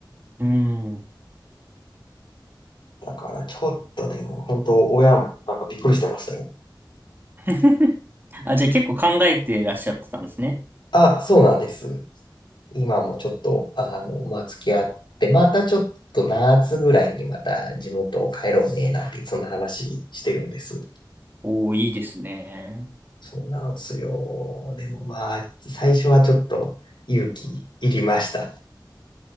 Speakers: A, on the right; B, on the left.
A: うん。
B: だからちょっとでも、本当親もなんかびっくりしてましたよ。
A: <laughs> あ、じゃあ結構考えてらっしゃってたんですね。
B: あ、そうなんです。今もちょっと、あの、まあ、付き合って、またちょっと夏ぐらいにまた地元を帰ろうね、なんて、そんな話してるんです。
A: おー、いいですね。
B: そうなんですよ。でもまあ、最初はちょっと勇気いりました。